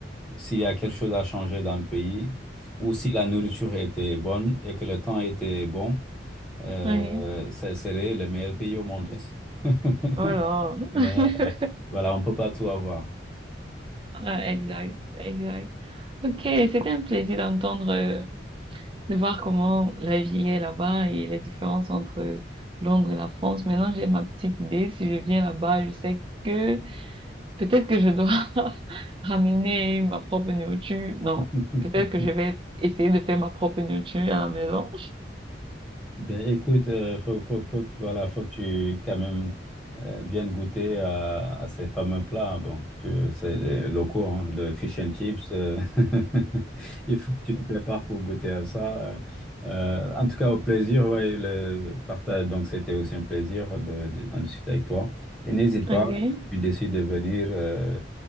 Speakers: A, in the centre; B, on the right.
A: s'il y a quelque chose à changer dans le pays ou si la nourriture était bonne et que le temps était bon, euh,
B: oui.
A: ça serait le meilleur pays au monde. <laughs>
B: Oh là.
A: Mais
B: <laughs>
A: voilà, on peut pas tout avoir.
B: Ouais, exact, exact. Ok, c'était un plaisir d'entendre, euh, de voir comment la vie est là-bas et les différences entre Londres et la France. Maintenant, j'ai ma petite idée. Si je viens là-bas, je sais que peut-être que je dois <laughs> ramener ma propre nourriture. Non,
A: <laughs>
B: peut-être que je vais essayer de faire ma propre nourriture à la maison.
A: Ben écoute, euh, faut, faut, faut, que- voilà, faut que tu quand même euh, viennes goûter à, à ces fameux plats. hein. Bon, tu- c'est les locaux, hein, le fish and chips. euh, <laughs> il faut que tu te prépares pour goûter à ça. Euh, en tout cas, au plaisir, ouais, le partage. Donc, c'était aussi un plaisir de, de- d'en discuter avec toi. Et n'hésite pas,
B: Ok.
A: si tu décides de venir, euh,